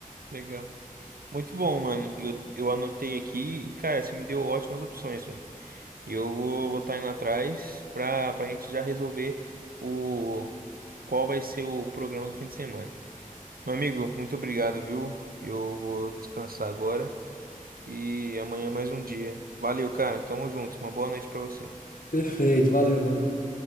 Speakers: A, on the right; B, on the left.
A: legal. Muito bom, mano. Eu, eu anotei aqui e, cara, você me deu ótimas opções, mano. E eu vou vou tá indo atrás pra, pra gente já resolver o qual vai ser o programa do fim de semana. Meu amigo, muito obrigado, viu? Eu vou descansar agora e amanhã mais um dia. Valeu, cara. Tamo junto. Uma boa noite pra você.
B: Perfeito, valeu, valeu.